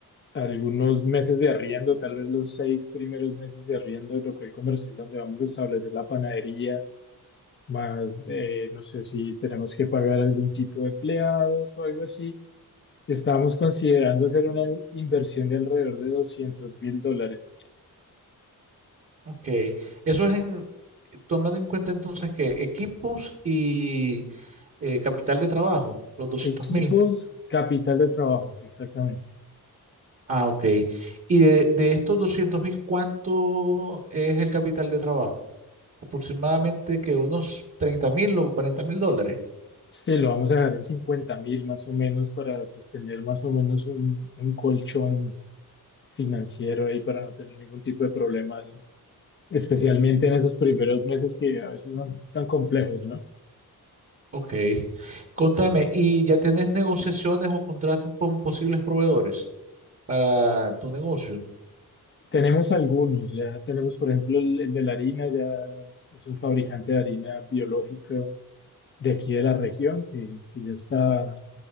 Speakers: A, on the left (about 35°); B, on the right (about 40°).
A: algunos meses de arriendo, tal vez los seis primeros meses de arriendo del local comercial donde vamos a establecer la panadería, más eh, no sé si tenemos que pagar algún tipo de empleados o algo así, estábamos considerando hacer una inversión de alrededor de doscientos mil dólares.
B: Ok, eso es en- tomando en cuenta entonces que equipos y eh, capital de trabajo, los doscientos
A: Equipos,
B: mil.
A: capital de trabajo, exactamente.
B: Ah, ok. Y de, de estos doscientos mil, ¿cuánto es el capital de trabajo? Aproximadamente que unos treinta mil o cuarenta mil dólares.
A: Sí, lo vamos a dejar en cincuenta mil más o menos para pues, tener más o menos un, un colchón financiero ahí para no tener ningún tipo de problema, ¿no? especialmente en esos primeros meses que a veces son tan complejos, ¿no?
B: Ok. Contame, ¿y ya tenés negociaciones o contratos con posibles proveedores para tu negocio?
A: Tenemos algunos, ya tenemos por ejemplo el, el de la harina, ya es es un fabricante de harina biológico de aquí de la región que, que ya está